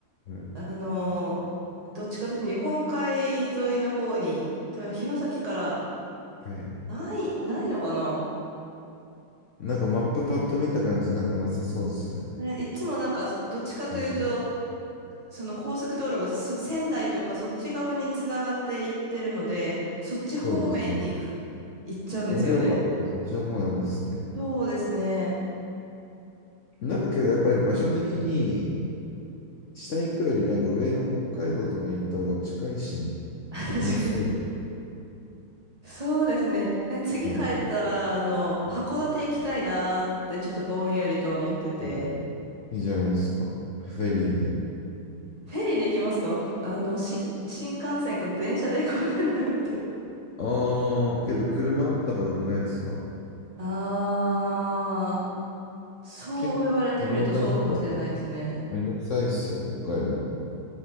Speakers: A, on the left; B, on the right.
A: はい。
B: あの、どっちかというと日本海沿いの方に、多分弘前から
A: はい。
B: ない、ないのかな
A: なんかマップパッと見た感じ、なんかなさそうですね。
B: ね、いつもなんか、どっちかというと、
A: うん
B: その高速道路がそ仙台とかそっち側につながっていってるので、そっち方面に行く、
A: そうですね。
B: 行っちゃうんですよね。
A: 盛岡とかそっちの方なんですね。
B: そうですね。
A: なんかけどやっぱり場所的に、下行くよりなんか上の北海道とかに行った方が近いし、
B: <laughs> あ確かに。
A: 楽しそ
B: そうですね。え次帰ったら、
A: う。はい。
B: あの、函館行きたいなーってちょっとぼんやりと思ってて。
A: うんはい。いいじゃないですか。フェリーで。
B: フェリーで行きますかわあの、し、新幹線か電車で行こうかなって。
A: ああ、けど車あった方が良くないですか
B: <laughs> あー、そう言われてみるとそうかもしれないですね。
A: 結構車ないとめんどくさいっすよ、北海道。